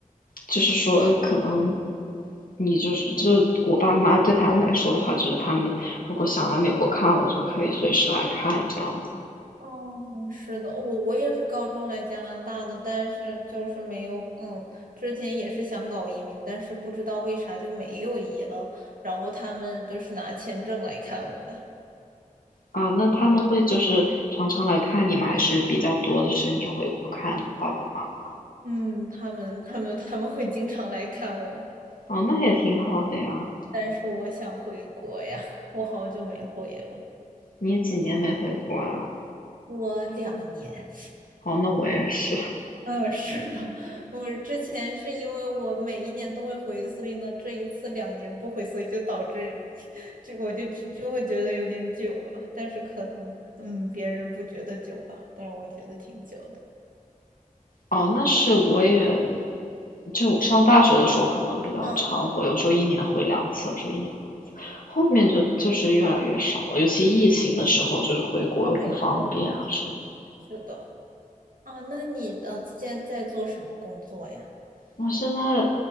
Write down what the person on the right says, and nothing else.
哦，是的，我我也是高中来加拿大的，但是就是没有，嗯，之前也是想搞移民，但是不知道为啥就没有移了。然后他们都是拿签证来看我的，
嗯，他们他们他们会经常来看我，
但是我想回国呀，我好久没回了，
我两年。
嗯，是吧？<laughs> 我之前是因为我每一年都会回，所以呢，这一次两年不回，所以就导致 <laughs> 就我就就就会觉得有点久了。但是可能，嗯，别人不觉得久吧，但是我觉得挺久的。
嗯
嗯，
哦没错没错，是的。啊，那你呃现在在做什么工作呀？